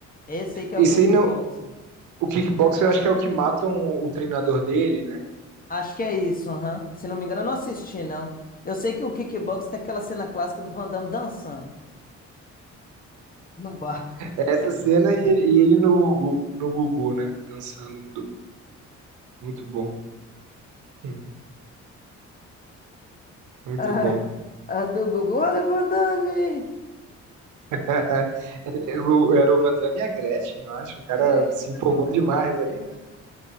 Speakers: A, on the left; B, on the right.
A: Esse aí que é
B: Esse
A: o kickboxing.
B: aí não. O kickboxer eu acho que é o que matam o, o treinador dele, né?
A: Acho que é isso, aham. Se não me engano, eu não assisti, não. Eu sei que o kickboxing tem aquela cena clássica do Van Damme dançando. No bar.
B: É essa cena e, ele- e ele no, no Gugu, né? Dançando. no Muito bom. Hum,
A: <laughs>
B: Muito
A: Ah,
B: bom.
A: A do Gugu, olha o Van Damme!
B: <laughs> Era o era o Van Damme e a Gretchen, eu acho. O cara
A: É,
B: se empolgou
A: Van
B: demais
A: Damme e a Gretchen.
B: ali, né?